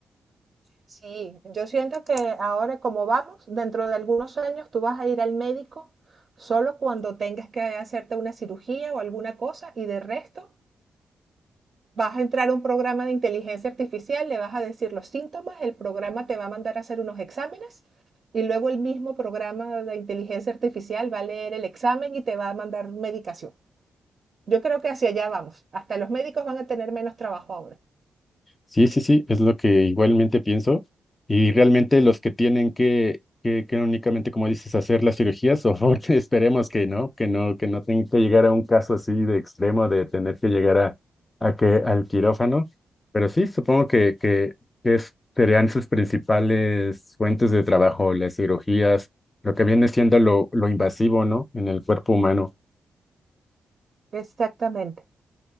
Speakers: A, on the right (about 50°); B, on the left (about 25°).
A: Sí, yo siento que ahora como vamos, dentro de algunos años tú vas a ir al médico solo cuando tengas que hacerte una cirugía o alguna cosa y de resto vas a entrar a un programa de inteligencia artificial, le vas a decir los síntomas, el programa te va a mandar a hacer unos exámenes y luego el mismo programa de inteligencia artificial va a leer el examen y te va a mandar medicación. Yo creo que hacia allá vamos. Hasta los médicos van a tener menos trabajo ahora,
B: Sí, sí, sí, es lo que igualmente pienso. Y realmente los que tienen que, que, que únicamente, como dices, hacer las cirugías, o <laughs> esperemos que no, que no, que no tenga que llegar a un caso así de extremo de tener que llegar a, a que, al quirófano. Pero sí, supongo que, que, que es- serían sus principales fuentes de trabajo, las cirugías, lo que viene siendo lo, lo invasivo, ¿no? En el cuerpo humano.
A: Exactamente.